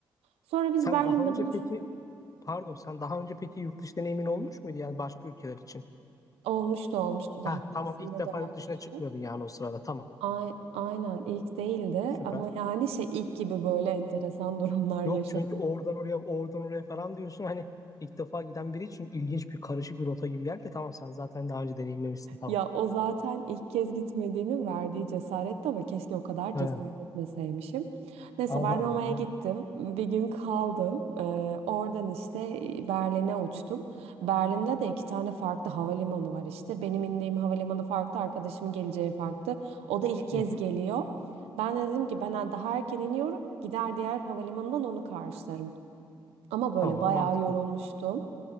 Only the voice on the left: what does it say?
Sen
daha önce
peki pardon sen daha önce peki yurt dışı deneyimin olmuş muydu yani başka ülkeler için?
Ha
tamam ilk defa
yurt dışına çıkmıyordun yani o sırada tamam.
Süper.
Yok
çünkü oradan oraya oradan oraya falan diyorsun hani ilk defa giden biri için ilginç bir karışık bir rota gibi geldi de tamam sen zaten daha önce deneyimlemişsin tamam.
He,
Allah
Allah
ya.
Hı hı.
Tamam
mantıklı.